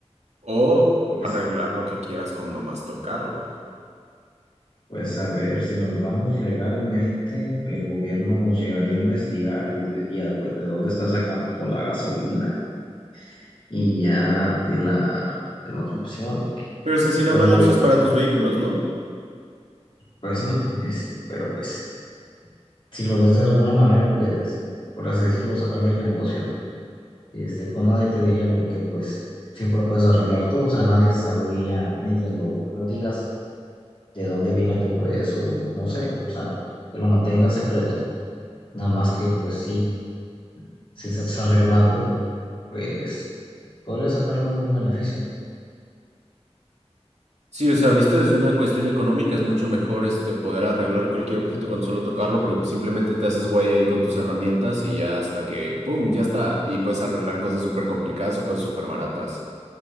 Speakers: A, on the right; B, on the left.
A: O
B: Pues,
A: arreglar lo que quieras con nomás tocarlo.
B: pues a ver, si nos vamos legalmente, el gobierno nos llegaría a investigar y diría, pues, ¿de dónde está sacando la gasolina? Y ya de la, de la otra opción,
A: Pero o sea, si nada
B: pues
A: más
B: nadie,
A: lo usas para tus vehículos, ¿no?
B: pues no, este, pero pues si lo ves de alguna manera, pues por así decirlo, sacarle negocio, este, pues nadie te diría porque pues siempre puedes arreglar todo, o sea, nadie sabría mientras lo no digas de dónde viene todo eso, no sé, o sea, que lo mantengas secreto, nada más que pues sí, si estás arreglando, pues podría sacarle un buen beneficio.
A: Sí, o sea, visto desde una cuestión económica, es mucho mejor este poder arreglar cualquier objeto con solo tocarlo, porque pues simplemente te haces güey ahí con tus herramientas y ya hasta que, ¡pum!, ya está. Y puedes arreglar cosas súper complicadas o cosas súper baratas.